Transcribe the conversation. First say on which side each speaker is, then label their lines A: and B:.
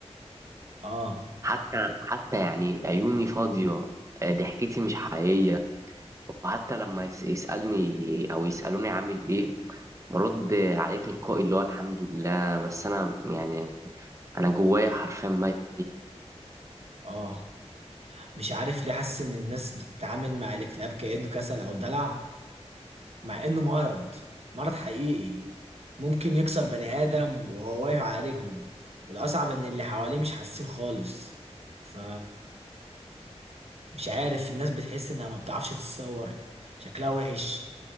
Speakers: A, on the right; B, on the right.
A: آه
B: حتى حتى يعني عيوني فاضيه آه، ضحكتي مش حقيقيه وحتى لما يس- يسالني او يسالوني عامل ايه برد عليه تلقائي اللي هو الحمد لله بس انا يعني انا جوايا حرفيا ميت
A: آه مش عارف ليه حاسس إن الناس بتتعامل مع الاكتئاب كأنه كسل أو دلع مع إنه مرض مرض حقيقي ممكن يكسر بني آدم وهو واقف على رجله والأصعب إن اللي حواليه مش حاسين خالص ف مش عارف الناس بتحس إنها ما بتعرفش تتصور شكلها وحش